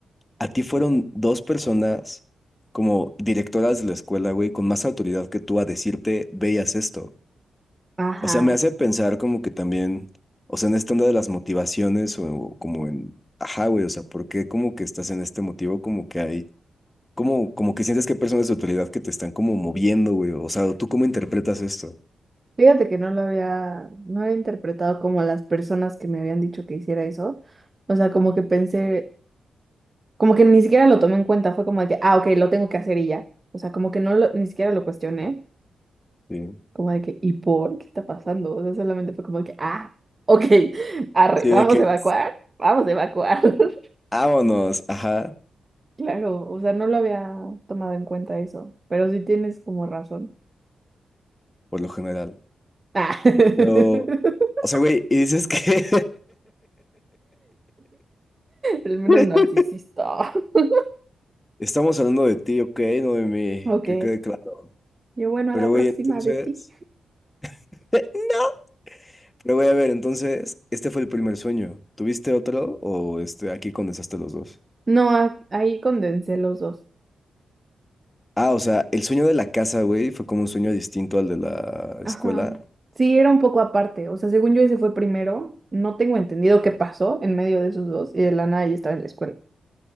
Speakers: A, on the left; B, on the right.
A: A ti fueron dos personas como directoras de la escuela, güey, con más autoridad que tú a decirte, veías esto.
B: Ajá.
A: O sea, me hace pensar como que también, o sea, en esta onda de las motivaciones o, o como en, ajá, güey, o sea, ¿por qué como que estás en este motivo? Como que hay, como, como que sientes que hay personas de autoridad que te están como moviendo, güey, o sea, ¿tú cómo interpretas esto?
B: Fíjate que no lo había, no había interpretado como las personas que me habían dicho que hiciera eso. O sea, como que pensé, como que ni siquiera lo tomé en cuenta, fue como de que, ah, ok, lo tengo que hacer y ya. O sea, como que no lo, ni siquiera lo cuestioné,
A: Sí,
B: como de que, ¿y por qué está pasando? O sea, solamente fue como de que, ah, ok, <laughs> arre,
A: sí,
B: vamos
A: de que,
B: a evacuar, vamos a evacuar. <laughs>
A: vámonos, ajá,
B: Claro, o sea, no lo había tomado en cuenta eso, pero sí tienes como razón.
A: por lo general.
B: Ah. <laughs>
A: Pero, o sea, güey, y dices que...
B: El menos
A: <laughs>
B: narcisista. <laughs>
A: Estamos hablando de ti, ok, no de mí,
B: Ok,
A: que quede claro.
B: yo bueno,
A: Pero
B: a la
A: güey,
B: próxima
A: entonces...
B: de ti.
A: <laughs> Eh, No. Pero voy a ver, entonces, este fue el primer sueño. ¿Tuviste otro o este, aquí condensaste los dos?
B: No, a- ahí condensé los dos.
A: Ah, o sea, el sueño de la casa, güey, fue como un sueño distinto al de la escuela.
B: Ajá. Sí, era un poco aparte. O sea, según yo ese fue primero. No tengo entendido qué pasó en medio de esos dos. Y de la nada ya estaba en la escuela.